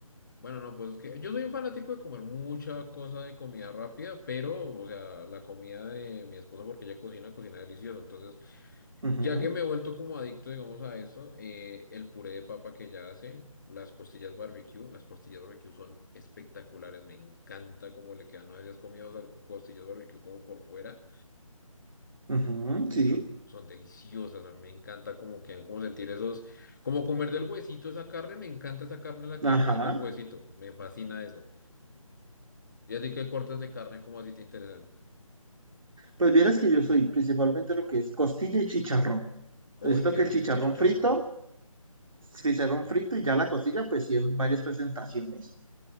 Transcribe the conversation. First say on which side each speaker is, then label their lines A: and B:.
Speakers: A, on the left; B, on the right.
A: Bueno, no, pues es que yo soy un fanático de comer mucha cosa de comida rápida, pero, o sea, la comida de mi esposa, porque ella cocina, cocina deliciosa. Entonces,
B: Ujú,
A: ya que me he vuelto como adicto, digamos, a eso, eh, el puré de papa que ella hace, las costillas barbecue, las costillas barbecue son espectaculares, me encanta cómo le quedan. No sé si has comido o sea, costillas barbecue como por fuera.
B: ujú,
A: Uy,
B: sí,
A: son, son deliciosas, a mí me encanta como quedan, como sentir esos, como comer del huesito esa carne, me encanta esa carne la que
B: ajá.
A: queda con huesito, me fascina eso. Y así que cortes de carne como así te interesan.
B: Pues vieras que yo soy principalmente lo que es costilla y chicharrón. Yo
A: Uy,
B: siento
A: qué
B: que el
A: rico
B: chicharrón
A: chicharrón.
B: frito, chicharrón frito y ya la costilla, pues sí, en varias presentaciones.